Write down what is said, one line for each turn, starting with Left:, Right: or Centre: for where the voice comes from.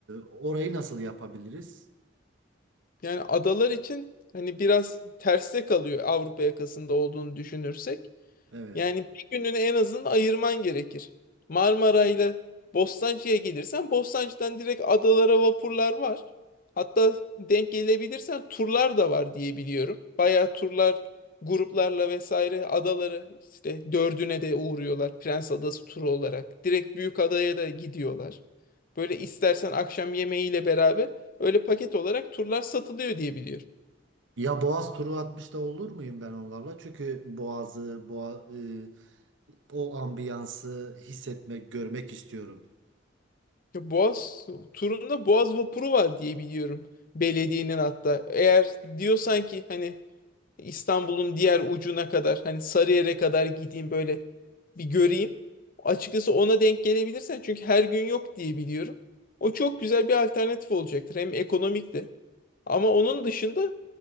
Right: orayı nasıl yapabiliriz?
Left: Yani adalar için hani biraz terste kalıyor Avrupa yakasında olduğunu düşünürsek.
Right: Evet.
Left: Yani bir gününü en azından ayırman gerekir. Marmara ile Bostancı'ya gelirsen Bostancı'dan direkt adalara vapurlar var. Hatta denk gelebilirsen turlar da var diye biliyorum. Bayağı turlar gruplarla vesaire adaları işte dördüne de uğruyorlar Prens Adası turu olarak. Direkt büyük adaya da gidiyorlar. Böyle istersen akşam yemeğiyle beraber öyle paket olarak turlar satılıyor diye biliyorum.
Right: Ya Boğaz turu atmış da olur muyum ben onlarla? Çünkü Boğaz'ı, boğa, e, o ambiyansı hissetmek, görmek istiyorum.
Left: Ya Boğaz turunda Boğaz vapuru var diye biliyorum. Belediyenin hatta. Eğer diyorsan ki hani İstanbul'un diğer ucuna kadar hani Sarıyer'e kadar gideyim böyle bir göreyim. Açıkçası ona denk gelebilirsen çünkü her gün yok diye biliyorum. O çok güzel bir alternatif olacaktır. Hem ekonomik de. Ama onun dışında